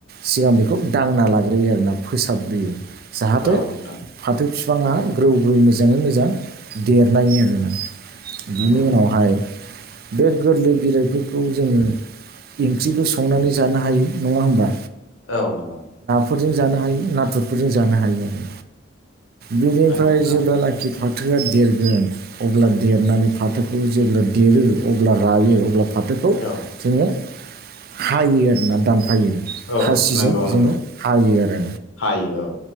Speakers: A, on the right; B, on the left.
A: सिगां बेखौ दांना लाग्रोयो आरोना फोसाबग्रोयो जाहाथे
B: औ नोंथां
A: फाथो बिफाङा ग्रौ ग्रौ मोजाङै मोजां देरनायनि आरो ना
B: नंगौ
A: बिनि
B: नंगौ
A: उनावहाय बे गोरलै बिलाइफोरखौ जोङो ओंख्रिबो संनानै जानो हायो नङा होमबा
B: औ नंगौ
A: नाफोरजों जानो हायो नाथुरफोरजों जानो हायो आरो बिनिफ्राय
B: नंगौ नोंथां
A: जेब्लानाखि फाथोआ देरगोन अब्ला देरनानै फाथोखौ जेब्ला देरो अब्ला रायो अब्ला फाथो
B: औ
A: जोङो हायो आरोना दान फायो
B: औ
A: खासिजों
B: नंगौ
A: जोङो
B: नंगौ
A: हायो आरो
B: हायो